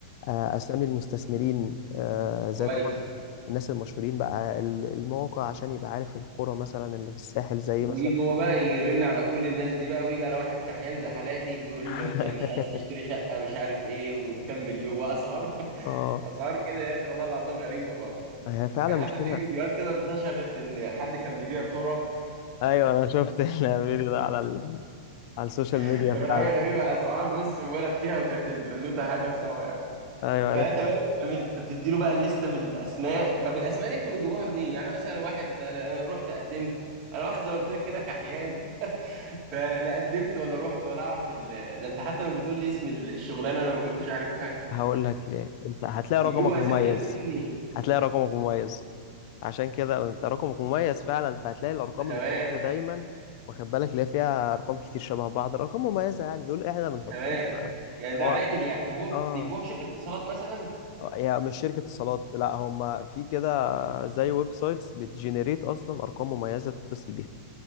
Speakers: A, on the left; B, on the right.
A: آه، اسامي المستثمرين آه، زي
B: كويس
A: طبعا الناس المشهورين بقى ال- المواقع عشان يبقى عارف القرى مثلا اللي في الساحل زي
B: ويجي
A: مثلا
B: هو بقى يرن على كل الناس دي بقى ويجي على واحد كحيان زي حالاتي ويقول
A: <laughs>
B: له انت مش عايز تشتري شقة مش عارف ايه وبكم مليون واسعار <laughs>
A: اه
B: اسعار كده يا اخي والله العظيم غريبة خالص
A: هي فعلا
B: كان حتى
A: مشكلة
B: في فيديوهات كده انتشرت ان حد كان بيبيع تراب
A: ايوه انا شفت <laughs> الفيديو ده على ال... على السوشيال ميديا
B: <laughs> كان
A: فعلا
B: حاجة غريبة اسعار بص مبالغ فيها وكانت البنوتة حاجة صعبة يعني.
A: ايوه
B: فتمام
A: عرفت
B: تمام انت بتدي له بقى الليسته بالاسماء طب الاسماء دي انتوا بتجيبوها منين يعني انا مثلا واحد لا لا رحت قدمت انا واحد زي ما قلت لك كده كحيان <laughs> فلا قدمت ولا رحت ولا اعرف ال... ده انت حتى ما بتقول لي اسم ال- الشغلانه انا ما كنتش عارفها
A: هقول لك ليه انت هتلاقي
B: فبيجيبوا
A: رقمك مميز
B: اسامي الناس دي منين
A: هتلاقي رقمك مميز عشان كده انت رقمك مميز فعلا فهتلاقي الارقام
B: آه، تمام
A: المميزة دايما واخد بالك اللي هي فيها ارقام كتير شبه بعض ارقام مميزة يعني دول احنا بنحطهم
B: آه، تمام
A: ما-
B: يعني ده
A: هو-
B: عامل يعني طب هم
A: اه
B: بيجيبوها من شركه اتصالات مثلا
A: اه هي مش شركة اتصالات لا هم في كده زي ويب سايتس بتجنريت اصلا ارقام مميزة تتصل بيها